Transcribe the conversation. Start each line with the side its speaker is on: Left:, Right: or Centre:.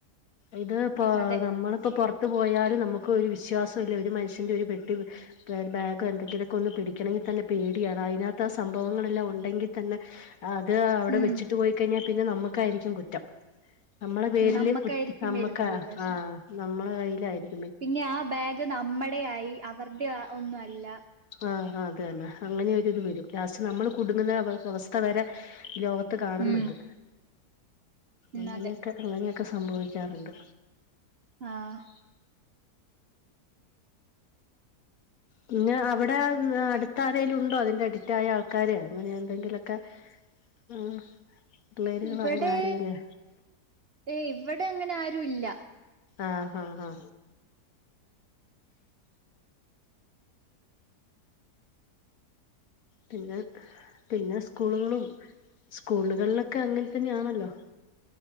Left: ഇത്പ്പോ
Right: അതെ
Left: നമ്മളിപ്പോ പൊർ ത്ത്പോയാലും ന്നമുക്ക് ഒരു വിശ്വാസല്ല ഒരു മനുഷ്യൻ്റെ ഒരുപെട്ടി ബാഗോ എന്തെങ്കിലുമൊക്കെ ഒന്ന് പിടിക്കണമെങ്കിൽ പേടിയാണ് അയ്നകത്ത് ആ സംഭവങ്ങളൾെല്ലാം ഉണ് ഉണ്ടെങ്കിൽതെന്നെ അത്അവിടെ
Right: ഉം
Left: വെച്ചിട്ട് പോയ്കഴിഞ്ഞാൽ പിന്നെ ന്നമ്മക്കായിരിക്കും കുറ്റം. ന്നമ്മളെ പേരില്
Right: നമ്മക്കായിരിക്കും
Left: കു ന്നമ്മക്കാ
Right: വരുന്നത് പ്രശ്നം
Left: ആഹ് നമ്മളെകയ്യിലായിരിക്കും.
Right: പിന്നെ ആബാഗ് ന്നമ്മടെയായി അവര്ടെ ഒന്നുഅല്ല
Left: ആഹ് ആഹ് അതെന്നെ അങ്ങനൊരി ഇത് വെരും ലാസ്റ്റ് ന്നമ്മൾ കുടുങ്ങുന്ന അവ അവസ്ഥ വെരെലോക ത്ത് കാണുന്നുണ്ട്
Right: ഉം ഉം
Left: അങ്ങനെയൊക്കെ
Right: അതെ
Left: അങ്ങനെയൊക്കെ സംഭവിക്കാറുണ്ട്
Right: ആഹ്
Left: പിന്നെ അവിടെ അടുത്തരേലും ഉണ്ടോ അതിന്റെ അഡിക്റ്റായാ ആൾക്കാര് അങ്ങനെ എന്തെങ്കിലൊക്കെ ഉം പിള്ളേരുകളോ
Right: ഇവിടെ
Left: ആരെങ്കിലോ
Right: ഏഹ് ഇവിടെ അങ്ങനെ ആരുല്ല
Left: ആഹ് ഹ് ആഹ് പിന്നെ പിന്നെ സ്കൂളുകളും സ്കൂളുകളിലൊ ക്കെ അങ്ങനെ തന്നെയാണല്ലോ